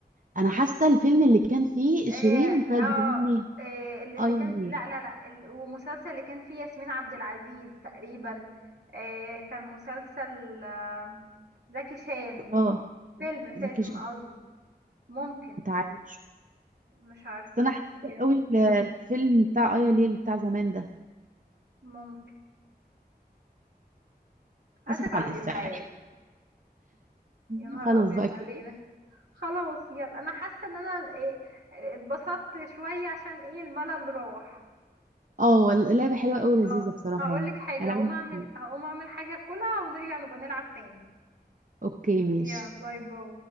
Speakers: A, on the right; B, on the right.
A: انا حاسه الفيلم اللي كان فيه
B: اه
A: شيرين وكانت
B: آه،
A: بتغني
B: آه، اللي
A: اه يا
B: كان
A: ليل
B: لا لا لا ال- ومسلسل اللي كان فيه ياسمين عبد العزيز تقريبا آه، كان مسلسل آه، زكي شان
A: اه
B: فيلم فيلم
A: زكي شان.
B: قصدي ممكن
A: انت عارف
B: مش عارفة
A: بس انا
B: دوسي
A: حاسه
B: كده
A: قوي ال- الفيلم بتاع ايا ليل بتاع زمان ده
B: ممكن آسف
A: اسف
B: على
A: على الازعاج
B: الإزعاج
A: <laughs>
B: يا نهار
A: خلاص
B: أبيض
A: بقى كده
B: علينا خلاص يلا أنا حاسة إن أنا إيه، اتبسطت شوية عشان إيه الملل راح
A: اه والله اللعبه حلوه قوي لذيذه
B: اه
A: بصراحه
B: هقولك
A: يعني
B: حاجة
A: العبها
B: هقوم أعمل
A: كتير
B: هقوم أعمل حاجة كلها ونرجع نبقى نلعب تاني
A: اوكي ماشي
B: يا باي باي